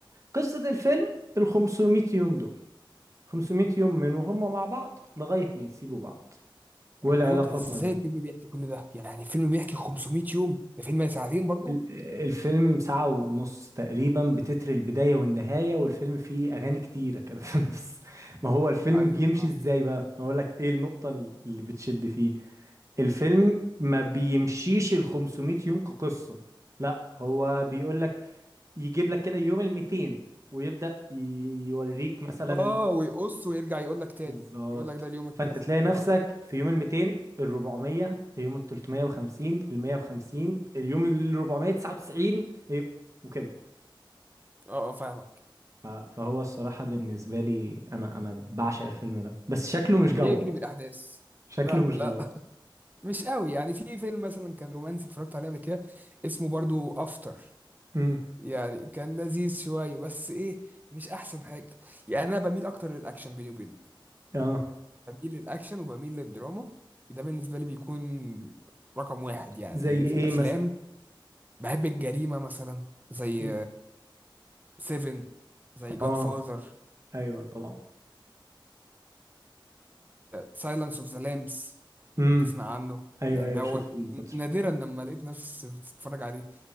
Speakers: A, on the right; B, on the right.
A: قصة الفيلم ال 500 يوم دول 500 يوم من وهم مع بعض لغاية ما يسيبوا بعض والعلاقات
B: ايوه طب ازاي
A: ما بينهم
B: الفيلم بيحكي كل ده يعني فيلم بيحكي 500 يوم ده فيلم ساعتين برضه
A: ال- الفيلم ساعة ونص تقريبا بتتر البداية والنهاية والفيلم فيه أغاني كتيرة كده <laughs> في النص ما هو الفيلم
B: ايوه
A: بيمشي
B: اه
A: إزاي بقى؟ ما أقولك إيه النقطة اللي بتشد فيه الفيلم ما بيمشيش ال 500 يوم كقصة لا هو بيقولك يجيب لك كده يوم ال 200 ويبدأ ي- يوريك مثلا
B: اه
A: إن
B: ويقص ويرجع يقول لك تاني
A: بالظبط
B: يقول لك ده اليوم الكذا
A: فانت تلاقي
B: حلو
A: نفسك
B: قوي
A: في يوم ال 200 ال 400 اليوم ال 350 ال 150 اليوم ال 499 إيه، وكده
B: اه اه فاهمك
A: ف- فهو الصراحة بالنسبة لي انا انا بعشق الفيلم ده بس شكله مش
B: بيجري
A: جوه
B: بالاحداث
A: شكله
B: لا
A: مش
B: لا
A: جوه
B: <laughs> مش قوي يعني في فيلم مثلا كان رومانسي اتفرجت عليه قبل كده اسمه برضو افتر
A: امم
B: يعني كان لذيذ شوية بس إيه مش أحسن حاجة يعني أنا بميل أكتر للأكشن بيني وبينك
A: اه
B: بميل للأكشن وبميل للدراما ده بالنسبة لي بيكون رقم واحد يعني
A: زي
B: في
A: ايه
B: الأفلام
A: مثلا
B: بحب الجريمة مثلا زي
A: مم.
B: سيفن زي جاد
A: اه
B: فاذر
A: ايوه طبعا
B: سايلنس اوف ذا لامبس
A: امم
B: لو تسمع عنه
A: ايوه
B: يعني
A: ايوه
B: دوت
A: شفته من فترة
B: نادرا لما لقيت نفسي بتتفرج عليه